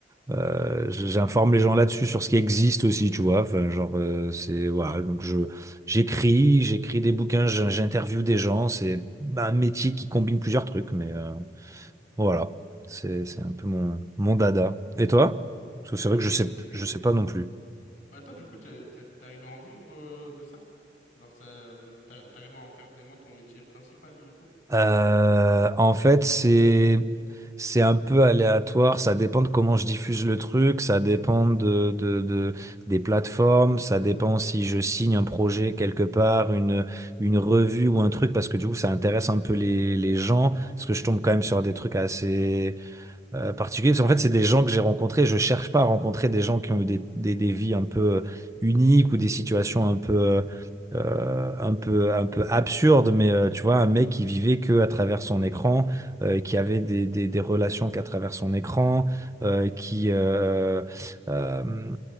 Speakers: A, on the right; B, on the left.
A: Euh, j'informe les gens là-dessus sur ce qui existe aussi, tu vois. Enfin, genre, euh, c'est voilà. Donc je j'écris, j'écris des bouquins, j'in- j'interviewe des gens. C'est bah, un métier qui combine plusieurs trucs, mais euh, bon, voilà. C'est c'est un peu mon mon dada. Et toi? Parce que c'est
B: Ok,
A: vrai que je sais
B: stylé.
A: je sais pas non plus.
B: Mais Attends, du coup, t'es- t'es- t'arrives à en vivre euh, de ça? Genre, ça, t'a- t'arrives à en faire vraiment ton métier principal du coup?
A: Euh, en fait, c'est c'est un peu aléatoire. Ça dépend de comment je diffuse le truc. Ça dépend de, de, de- des plateformes. Ça dépend si je signe un projet quelque part, une une revue ou un truc, parce que du coup, ça intéresse un peu les les gens. Parce que je tombe quand même sur des trucs assez euh, particulier, parce qu'en fait, c'est des gens que j'ai rencontrés. Je cherche pas à rencontrer des gens qui ont eu des, des, des vies un peu euh, uniques ou des situations un peu, euh, euh, un peu, un peu absurdes, mais euh, tu vois, un mec qui vivait que à travers son écran, euh, qui avait des, des, des relations qu'à travers son écran, euh, qui, euh, euh, euh,